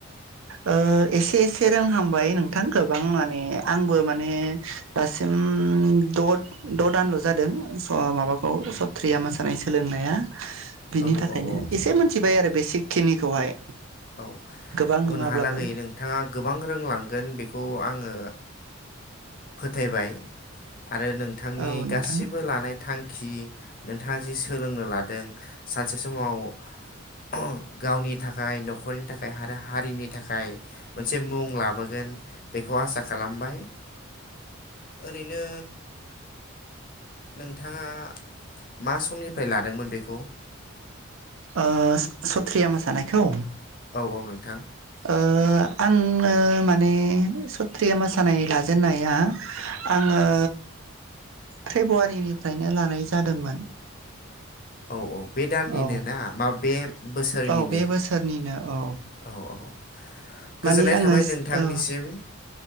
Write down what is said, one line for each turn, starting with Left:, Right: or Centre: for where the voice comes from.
Right: ओ एसे एसे रोंहांबाय नोंथां गोबां माने आंबो माने दासिम उम द' द' दानल' जादों ओ माबाखौ सथ्रिया मोसानाय सोलोंनाया। बिनि
Left: औ
Right: थाखायनो
Left: औ औ
Right: एसे मोनथिबाय आरो बेसिक खिनिखौहाय।
Left: औ
Right: गोबां नङाब्लाबो
Left: उनहालागै नोंथाङा गोबां रोंलांगोन बेखौ आङो फोथायबाय आरो नोंथांनि
Right: औ नोंथां
Left: गासिबो लानाय थां खि नोंथाङा जि सोलोंनो लादों सानसे समाव ओहोम गावनि थाखाय न न'खरनि थाखाय आरो हारिनि थाखाय मोनसे मुं लाबोगोन बेखौ आसा खालामबाय। ओरैनो नोंथाङा मा समनिफ्राय लादोंमोन बेखौ
Right: ओ सत्रिया मोसानायखौ?
Left: औ औ नोंथां।
Right: ओ आंनो माने सत्रिया मोसानाय लाजेननाया आं ओ फेब्रुवारिनिफ्रायनो लानाय जादोंमोन।
Left: औ औ बे दाननिनो
Right: औ
Left: ना मा बे बोसोरनिनो
Right: औ बे बोसोरनिनो औ
Left: औ औ गोजोननाय
Right: माने आङो
Left: थाबाय नोंथांनिसिम
Right: औ